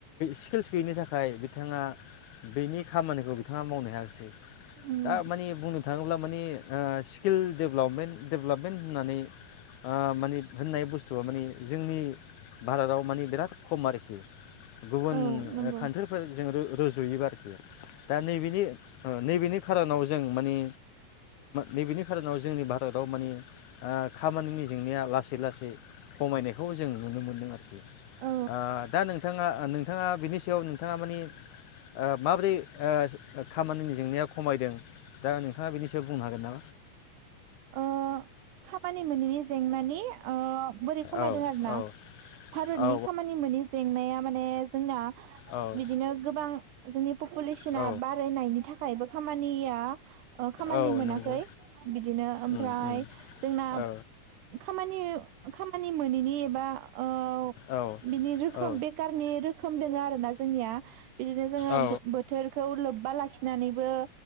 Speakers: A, on the left; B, on the right.
A: स्किल्स गैयिनि थाखाय बिथाङा बेनि खामानिखौ बिथाङा मावनो हायाखासै
B: उम
A: दा माने बुंनो थाङोब्ला माने ओ स्किल डेभेलपमेन्ट डेभेलपमेन्ट होननानै ओ माने होननाय बुस्थुआ माने जोंनि भारताव मानि बिराद खम आरो ए। गुबुन
B: औ नंगौ
A: <unintelligible> रुजुयोबा आरोखि दा नैबेनि ओ नैबेनि खार'नाव जों मानि नैबेनि खारनाव जोंनि भारताव मानि आ खामानिनि जेंनाया लासै लासै खमायनायखौ जों नुनो मोनदों आरो।
B: औ
A: आ दा नोंथाङा नोंथाङा बिनि सायाव नोंथाङा मानि ओ माब्रैर ओ खामानिनि जेंनाया खमायदों दा नोंथाङा बेनि सायाव बुंनो हागोन ना?
B: ओ खामानि मोनिनि जेंनानि ओ बोरै खमायदों
A: औ
B: आरो ना
A: औ
B: भारतनि
A: औ
B: खामानि मोनि जेंनाया माने जोंना
A: औ
B: बिदिनो गोबां जोंनिब पपुलेसना
A: औ
B: बारायनायनि थाखायबो खामानिया ओ खामानि
A: औ
B: मोनाखै
A: नंगौ
B: बिदिनो ओमफ्राय
A: उम उम
B: जोंना
A: औ
B: खामानि <unintelligible> खामानि मोनैनि एबा ओ
A: औ
B: बिनि रोखोम
A: औ
B: बेखारनि रो खोम दों आरोना जोंनिया बिदिनो जोङो
A: औ
B: बो बोथोरखौ लोब्बा लाखि फिननानैबो